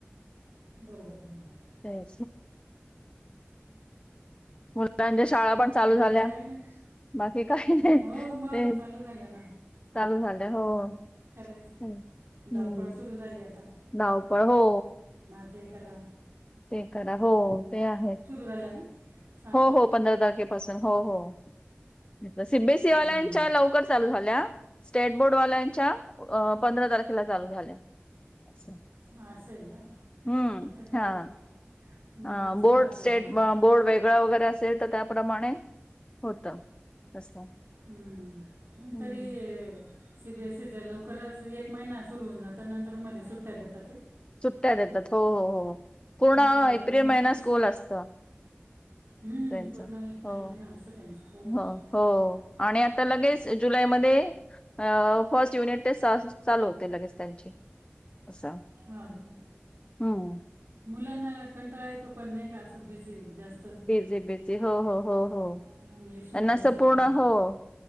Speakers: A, on the right; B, on the left.
A: बरोबर, बरोबर.
B: ते मुलांच्या शाळा पण चालू
A: बाकी
B: झाल्या
A: काही नाही.
B: बाकी काही नाही
A: हो, मग
B: ते
A: चालू झालं
B: चालू झालं हो
A: खरं
B: तेच.
A: धावपळ
B: हम्म
A: सुरू झाली आता
B: धावपळ हो
A: तेठीक
B: ते करा हो ते आहे
A: झाल्या ना शाळा
B: हो हो पंधरा तारखेपासून हो हो सीबीएसईवाल्याच्या
A: हम्म.
B: लवकर चालू झाल्या स्टेट बोर्डवाल्यांच्या अ पंधरा तारखेला चालू झाल्या. असं,
A: असं आहे का
B: हम्म
A: आता काय
B: हा.
A: मग मुलांची
B: हा बोर्ड
A: धावपळ
B: स्टेट
A: मग आता
B: ब बोर्ड वेगळा वगैरे असेल तर त्या प्रमाणे होतं. तसं
A: हम्म, नाही
B: हं.
A: तरी सी बी एस सी चा लवकरच एक महिना सुरू होऊन जात ना, नंतर मध्ये सुट्ट्या देता ते.
B: सुट्ट्या देतात हो हो हो, पूर्ण
A: महिनाभर
B: एप्रिल
A: नंतर
B: महिना
A: मग
B: स्कूल असतं.
A: हम्म,
B: त्यांचं.
A: पूर्ण एप्रिल
B: हो,
A: महिना असतं त्यांचं. पोरांचं
B: हो हो, आणि आता लगेच जुलैमध्ये अ फर्स्ट युनिट ते स् चालू होते लगेच त्यांची. असा
A: हा का
B: हम्म.
A: मुलांना कंटाळा येतो, पण नाही का असं बिझी जास्त
B: बीजी बीजी हो हो हो,
A: इंग्लिश
B: त्यांना
A: मिडियमचं
B: पूर्ण
A: राहिलं
B: असं,
A: का
B: हो.